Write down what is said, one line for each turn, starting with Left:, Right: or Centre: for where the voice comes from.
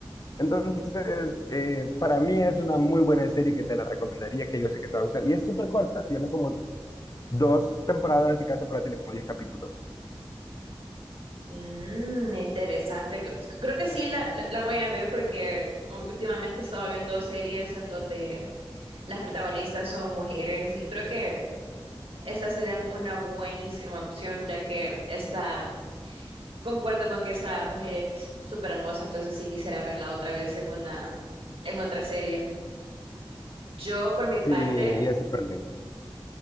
Left: entonces, eh, para mí es una muy buena serie que te la recomendaría, que yo sé que te va a gustar. Y es súper corta, tiene como dos temporadas y cada temporada tiene como diez capítulos.
Right: Mm, interesante. C- c- Creo que sí la, la, la voy a ver porque u- últimamente he estado viendo series en donde las protagonistas son mujeres y creo que esta sería una buenísima opción ya que está, concuerdo con que esta mujer es súper hermosa, entonces sí quisiera verla otra vez en una, en otra serie. Yo, por mi parte,
Left: Sí, y es súper linda.